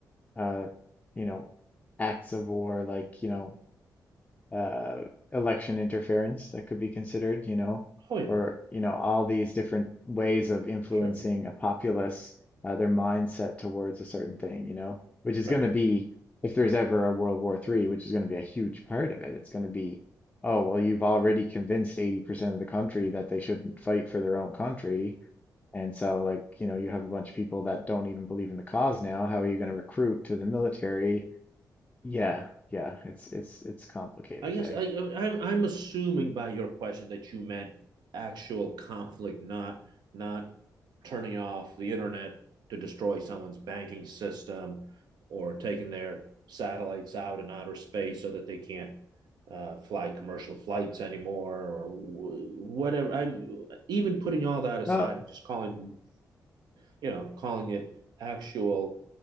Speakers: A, on the left; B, on the right.
A: uh, you know, acts of war, like, you know, uh, election interference that could be considered, you know,
B: Oh yeah,
A: or, you know, all these different ways of influencing
B: Sure.
A: a populace, uh, their mindset towards a certain thing, you know, which is
B: Right.
A: going to be, if there's ever a World War III, which is going to be a huge part of it, it's going to be, oh, well, you've already convinced 80% of the country that they shouldn't fight for their own country. And so, like, you know, you have a bunch of people that don't even believe in the cause now. How are you going to recruit to the military? Yeah, yeah, it's it's it's complicated,
B: I guess
A: hey.
B: I, I I'm assuming by your question that you meant actual conflict, not not turning off the internet to destroy someone's banking system or taking their satellites out in outer space so that they can't uh, fly commercial flights anymore or whatever. I even putting all that aside
A: Oh,
B: and just calling you know, calling it actual